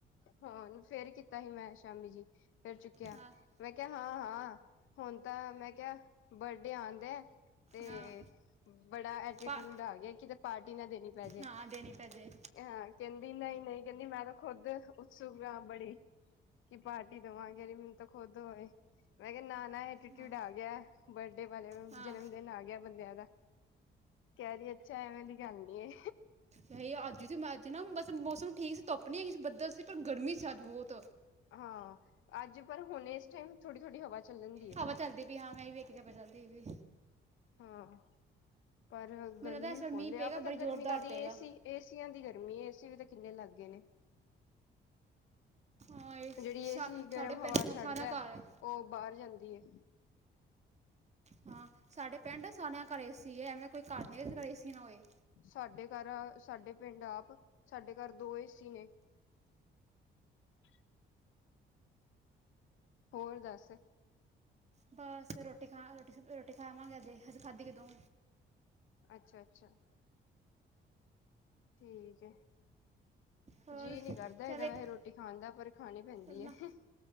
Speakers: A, on the left; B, on the right.
A: ਹਾਂ। ਫੇਰ ਕੀਤਾ ਸੀ ਮੈਂ ਸ਼ਾਮੀ ਜੀ ਫਰ ਚੁੱਕਿਆ।
B: ਹਾਂ
A: ਮੈਂ ਕਿਹਾ ਹਾਂ, ਹਾਂ ਹੁਣ ਤਾਂ ਮੈਂ ਕਿਹਾ ਬਰਡੇ ਆਂਡਿ ਐ। ਤੇ
B: ਹਾਂ
A: ਬੜਾ। ਐਟੀਟਿਊਡ
B: ਪਾ
A: ਆ ਗਿਆ ਕਿਤੇ ਪਾਰਟੀ ਨਾ ਦੇਣੀ ਪੈ ਜੇ
B: ਹਾਂ ਦੇਣੀ ਪੈ ਜੇ
A: ਹਾਂ। ਕਹਿੰਦੀ ਨਹੀਂ ਨਹੀਂ ਕਹਿੰਦੀ ਮੈਂ ਤਾਂ ਖੁੱਦ ਸੁਖਨਾ ਬੜੀ ਕਿ ਪਾਰਟੀ ਦੇਵਾ ਗੇ। ਕੇ ਮੈਨੂੰ ਤਾਂ ਖੁਦ ਹੋਏ ਮੈਂ ਕਿਹਾ ਨਾ ਐਟੀਟਿਊਡ
B: ਹਾਂ
A: ਆ ਗਿਆ। ਬਰਡੇ ਵਾਲੇ
B: ਹਾਂ
A: ਜਨਮ ਦਿਨ ਆ ਗਿਆ ਬੰਦਿਆਂ ਦਾ। ਕਹਿ ਦੀ ਅੱਛਾ ਐਵੇਂ ਦੀ ਗੱਲ ਨੀ
B: ਚ ਅੱਜ, ਅੱਜ ਨਾ ਬਸ ਮੌਸਮ ਠੀਕ ਸੀ ਧੁੱਪ ਨੀ ਸੀ ਬੱਦਲ ਸੀ ਪਰ ਗਰਮੀ ਸੀ ਅੱਜ ਬਹੁਤ
A: ਹਾਂ। ਅੱਜ ਪਰ ਹੁਣ ਇਸ ਟਾਈਮ ਥੋੜੀ ਥੋੜ੍ਹੀ ਹਵਾ ਚੱਲਣ ਦੀ ਹੈ
B: ਹਾਂਵਾ।
A: ਬਾਹਰ
B: ਚੱਲਦੀ ਪ ਹਾਂ ਮੈਂ ਵੀ ਵੇਖਿਆ ਜਾ ਕੇ ਚੱਲਦੀ ਵੀ
A: ਹਾਂ। ਪਰ ਗਰਮੀ
B: ਮੈਨੂੰ ਲੱਗਦਾ ਇਸ ਵਾਰ
A: ਫੋਲਿਆ
B: ਮੀਂਹ ਪਏਗਾ
A: ਪਤਾ
B: ਬੜੀ ਜ਼ੋਰਦਾਰ
A: ਗਰਮੀ ਕਾਹਦੀ
B: ਪਏਗਾ
A: ਏਸੀ ਏਸੀਆਂ ਦੀ ਗ ਨੀ ਏਸੀ ਵੀ ਤਾਂ ਕਿੰਨੇ ਲੱਗ ਗੇਏ ਨੇ
B: ਹਾਂ ਇਹ
A: ਜਿਹੜੀ
B: ਸਾ
A: ਏਸੀ ਗਰਮ
B: ਸਾਡੇ ਪਿੰਡ
A: ਹਵਾ ਛੱਡਦਾ।
B: ਸਾਰਿਆਂ ਘਰ
A: ਉਹ ਬਾਹਰ ਜਾਂਦੀ ਐ।
B: ਹਾਂ। ਸਾਡੇ ਪਿੰਡ ਸਾਰਿਆਂ ਦੇ ਘਰੇ ਏ-ਸੀ ਐ। ਐਵੇਂ ਕੋਈ ਘਰ ਨਹੀਂ ਹੈ, ਜਿਦੇ ਏ-ਸੀ ਨਾ ਹੋਏ।
A: ਸਾਡੇ ਘਰ ਸਾਡੇ ਪਿੰਡ ਆਪ ਸਾਡੇ ਘਰ ਦੋ ਏ-ਸੀ ਨੇ। <inaudible> ਹੋਰ ਦੱਸ।
B: ਬਸ ਰੋਟੀ ਖਾ ਰੋਟੀ, ਰੋਟੀ ਖਾਵਾਂਗੇ ਅਜੇ, ਅਜੇ ਖਾਧੀ ਕਦੋ?
A: ਅੱਛਾ ਅੱਛਾ ਠੀਕ ਹੈ।
B: ਹੋਰ
A: ਜੀ ਨਹੀਂ ਕਰਦਾ
B: ਚੱਲ
A: ਹੈਗਾ
B: ਇੱਕ
A: ਵੈਸੇ ਰੋਟੀ ਖਾਨ ਦਾ ਪਰ ਖਾਣੀ ਪੈਂਦੀ
B: ਨਾ
A: ਐ।